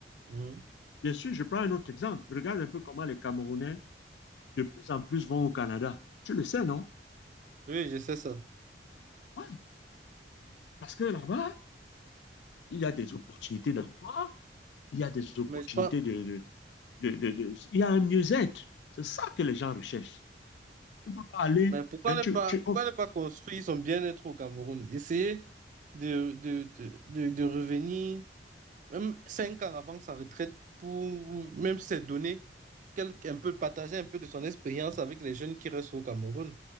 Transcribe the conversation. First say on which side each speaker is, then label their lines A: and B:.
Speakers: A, on the right (about 45°); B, on the left (about 75°).
A: Mhm.
B: bien sûr, je prends un autre exemple. Regarde un peu comment les Camerounais de plus en plus vont au Canada. Tu le sais, non?
A: Oui, je sais ça.
B: Oui. Parce que là-bas, il y a des opportunités d'emploi, il y a des opportunités
A: Mais je pense,
B: de, de, de, de, de Il y a un mieux-être. C'est ça que les gens recherchent. Tu peux pas aller.
A: mais pourquoi
B: hein,
A: ne
B: tu,
A: pas,
B: tu-
A: pourquoi
B: oh,
A: ne pas construire son bien-être au Cameroun? Essayer de, de, de, de, de revenir, même cinq ans avant sa retraite, pour ou même se donner quelque, un peu, partager un peu de son expérience avec les jeunes qui restent au Cameroun.